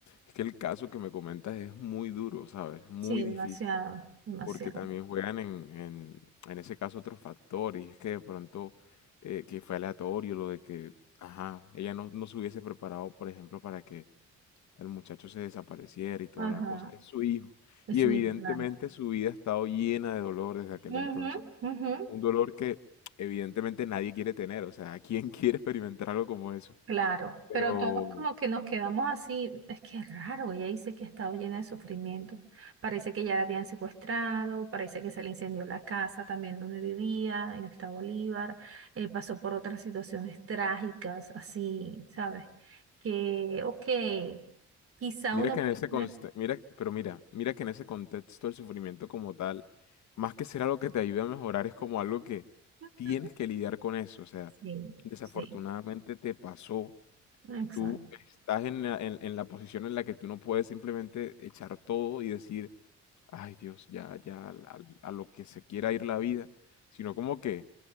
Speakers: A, on the left; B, on the right.
A: es que el caso que me comentas es muy duro, ¿sabes? Muy
B: Sí,
A: difícil,
B: demasiado, demasiado.
A: porque también juegan en, en, en ese caso otros factores, y es que de pronto eh, que fue aleatorio lo de que, ajá, ella no, no se hubiese preparado, por ejemplo, para que el muchacho se desapareciera y toda
B: Ajá,
A: la cosa. Es su hijo.
B: es
A: Y
B: su
A: evidentemente
B: hijo, claro.
A: su vida ha estado llena de dolor desde aquel
B: Ujú,
A: entonces.
B: ujú,
A: Un dolor que evidentemente nadie quiere tener. O sea, ¿quién <laughs> quiere experimentar algo como eso?
B: Claro,
A: Pero
B: pero todos como que nos quedamos así, es que es raro, ella dice que ha estado llena de sufrimiento. Parece que ya la habían secuestrado, parece que se le incendió la casa también donde vivía, en el estado Bolívar, eh, pasó por otras situaciones trágicas, así, ¿sabes? Que, ok, quizá
A: mira
B: uno
A: que
B: puede...
A: en ese conste- mira, pero mira, mira que en ese contexto el sufrimiento como tal, más que ser algo que te ayude a mejorar, es como algo que
B: Ujú,
A: tienes que lidiar con eso. O sea,
B: Sí,
A: desafortunadamente
B: sí,
A: te pasó
B: exacto.
A: tú estás en la, en- en la posición en la que tú no puedes simplemente echar todo y decir, ay Dios, ya, ya, al- a, lo que se quiera ir la vida, sino como que